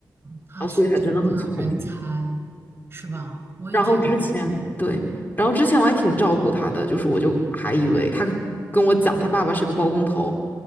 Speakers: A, on the right; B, on the left.
A: 他是真的人才，
B: 然后所以他真的很聪明。
A: 是吧？我也觉得，
B: 然后之前对，然后之前我还挺照顾他的，就是我就还以为他跟我讲他爸爸是个包工头，